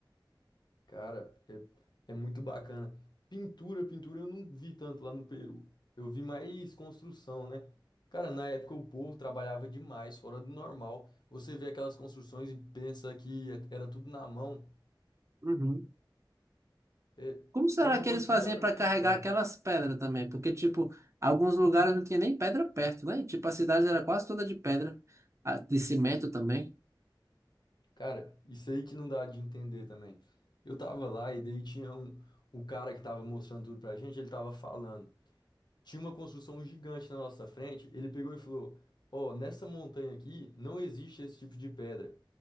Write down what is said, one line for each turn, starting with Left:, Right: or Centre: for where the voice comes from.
Left: Cara, é, é muito bacana. Pintura, pintura eu não vi tanto lá no Peru. Eu vi mais construção, né? Cara, na época o povo trabalhava demais, fora do normal. Você vê aquelas construções e pensa que é- era tudo na mão.
Right: Uhum.
Left: É,
Right: Como será
Left: é uma
Right: que
Left: coisa
Right: eles faziam
Left: que não dá pra
Right: para
Left: acreditar.
Right: carregar aquelas pedras também? Porque, tipo, alguns lugares não tinha nem pedra perto, né? Tipo, a cidade era quase toda de pedra, ah, de cimento também.
Left: Cara, isso aí que não dá de entender também. Eu tava lá e daí tinha um, o cara que tava mostrando tudo pra gente, ele tava falando. Tinha uma construção gigante na nossa frente, ele pegou e falou: Ó, nessa montanha aqui não existe esse tipo de pedra.